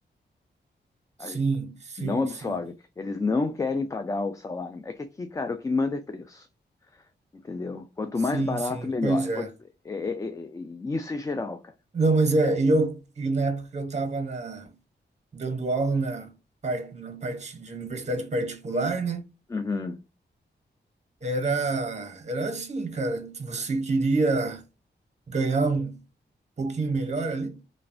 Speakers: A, on the right (about 35°); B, on the left (about 20°).
A: sim,
B: A-
A: sim,
B: não absorve.
A: sim,
B: Eles não querem pagar o salário. É que aqui, cara, o que manda é preço. Entendeu? Quanto
A: sim,
B: mais barato,
A: sim,
B: melhor.
A: pois
B: É
A: é.
B: Quanto- é- é- é- é- isso é geral, cara.
A: Não, mas é, e eu e na época que eu estava na dando aula na parte na parte de universidade particular, né?
B: Uhum.
A: Era, era assim, cara. Você queria ganhar um pouquinho melhor ali,